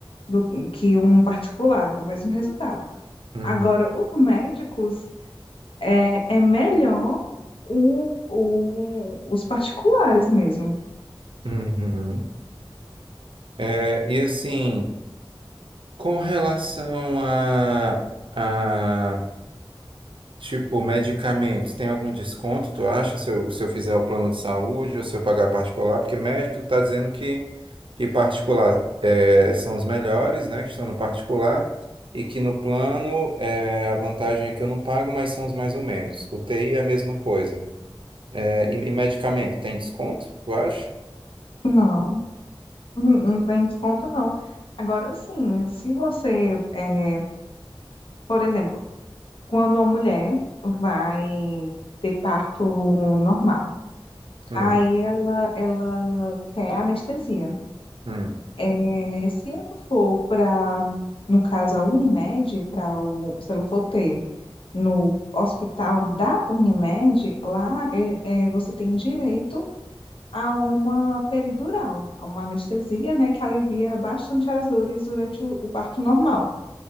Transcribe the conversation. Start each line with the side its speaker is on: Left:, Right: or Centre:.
Left: Do que um particular, é o mesmo resultado.
Right: Hum,
Left: Agora, os médicos, é, é melhor o, o- os particulares mesmo.
Right: hum, hum. É, e assim, com relação a a, Tipo, medicamentos, tem algum desconto, tu acha, se eu, se eu fizer o plano de saúde ou se eu pagar particular? Porque médico, tu tá dizendo que, que particular eh, são os melhores, né, que estão no particular, e que no plano eh, a vantagem é que eu não pago, mas são os mais ou menos. UTI é a mesma coisa. Eh, e, e medicamento, tem desconto, tu acha?
Left: Não, não não tem desconto, não. Agora, sim, se você, é, por exemplo, quando uma mulher vai ter parto normal,
Right: Hum,
Left: Aí ela, ela quer anestesia.
Right: hum,
Left: É, se ela for para, no caso, a Unimed, para o, se ela for ter no hospital da Unimed, lá é, é, você tem direito a uma peridural, a uma anestesia, né, que alivia bastante as dores durante o, o parto normal.